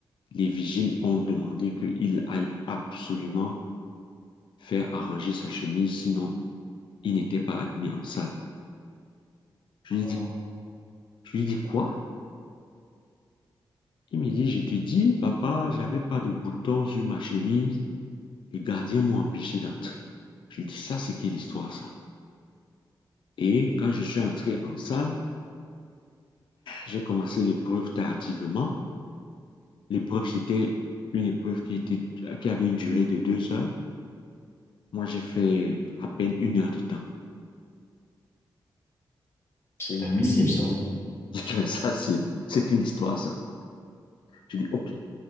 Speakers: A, on the left; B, on the left.
A: les vigiles ont demandé qu'il aille absolument faire arranger sa chemise, sinon il n'était pas admis en salle. Je
B: Euh,
A: lui dis, je lui dis quoi? Il me dit, je te dis, papa, j'avais pas de bouton sur ma chemise. Les gardiens m'ont empêché d'entrer. Je lui dis, ça, c'est quelle histoire, ça? Et quand je suis entré en salle, j'ai commencé l'épreuve tardivement. L'épreuve, c'était une épreuve qui était, qui avait une durée de deux heures. Moi, j'ai fait à peine une heure de temps.
B: c'est
A: Et
B: inadmissible, ça.
A: je dis, mais ça, c'est, c'est quelle histoire, ça? Je dis, OK,